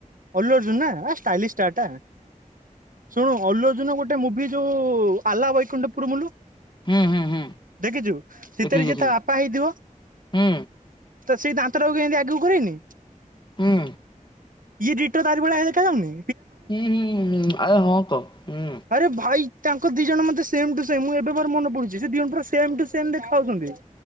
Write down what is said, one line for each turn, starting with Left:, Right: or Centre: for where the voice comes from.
Right: ଅଲ୍ଲୁଅର୍ଜୁନ ନାଁ ହେଁ ଷ୍ଟାଇଲିଶ ଷ୍ଟାର ଟା ଶୁଣୁ ଅଲ୍ଲୁଅର୍ଜୁନର ଗୋଟେ ଗୋଟେ ମୁଭି ଯୋଉଁ ଆଲ୍ଲା ବୈକୁଣ୍ଠପୁର ମୁୁଲୁ।
Left: ହୁଁ ହୁଁ
Right: ଦେଖିଛୁ। ସେଥିରେ
Left: ଦେଖିବି ଦେଖିବି
Right: ଯିଏ ତା ବା ପା ହେଇଥିବ
Left: ହୁଁ
Right: ତ ସେଇ ଦାନ୍ତଟାକୁ ଏମତି ଆଗକୁ କରେନି।
Left: ହୁଁ।
Right: ଇଏ ଦିଟୋ ତାରି ଭଳି ଦେଖାଯାଉନି?
Left: ହୁଁ ହୁଁ ଆରେ ହଁ ତ ହୁଁ।
Right: ଆରେ ଭାଇ ତାଙ୍କ ଦି ଜଣ ମତେ ସେମ୍ ଟୁ ସେମ୍ ମୁଁ ଏବେ ମୋର ମନେ ପଡୁଛି ସେ ଦି ଜଣ ପୁରା ସେମ୍ ଟୁ ସେମ୍ ଦେଖାଯାଉଛନ୍ତି।